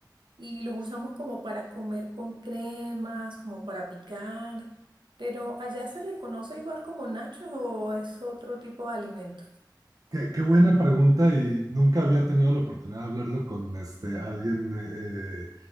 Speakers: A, on the right (about 85°); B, on the right (about 50°).
A: y los usamos como para comer con cremas, como para picar, pero allá se le conoce igual como nachos o es otro tipo de alimento.
B: Qué, qué buena pregunta y nunca había tenido la oportunidad de hablarlo con este, alguien eh,